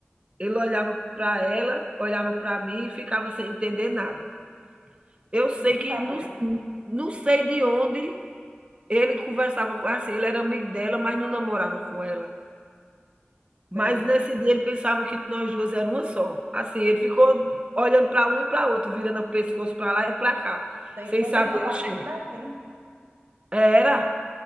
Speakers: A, on the right; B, on the right.
A: Ele olhava para ela, olhava para mim e ficava sem entender nada. Eu sei
B: Eles não
A: que
B: sabiam.
A: não, não sei de onde ele conversava com assim, ele era amigo dela, mas não namorava com ela. Mas
B: Sei.
A: nesse dia ele pensava que nós duas eram uma só. Assim, ele ficou olhando para um e para outro, virando o pescoço para lá e para cá,
B: Sei.
A: sem
B: Vocês
A: saber
B: são parecidos
A: o cheiro.
B: assim.
A: Era,